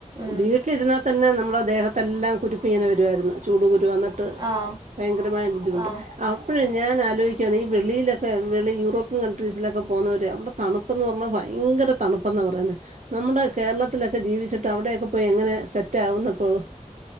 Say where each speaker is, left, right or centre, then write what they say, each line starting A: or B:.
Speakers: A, on the right; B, on the right.
A: ഉം.
B: വീട്ടിലിരുന്നാ തന്നെ നമ്മടെ ദേഹത്തെല്ലാം കുരുപ്പ് ഇങ്ങനെ വരുവായിര്ന് ചൂട് കുരു വന്ന ട്ട്
A: ആഹ്.
B: ഭയങ്കരമായ ബുദ്ധിമുട്ട്
A: ആഹ്.
B: അപ്പോഴും ഞാൻ ആലോയിക്കാണെ ഈ വെളിയിലൊക്കെ വെളി യൂറോപ്യൻ കൺട്രീസിലൊക്കെ പോകുന്നവര് അവിടെ തണു തണുപ്പന്ന് പറഞ്ഞാഭയങ്കര തണുപ്പന്നാ പറേന്നേ നമ്മടെ കേരളത്തിലൊക്കെ ജീവിച്ചിട്ട് അവിടെക്കെ പോയി എങ്ങനെ സെറ്റ ആകുന്നപ്പോ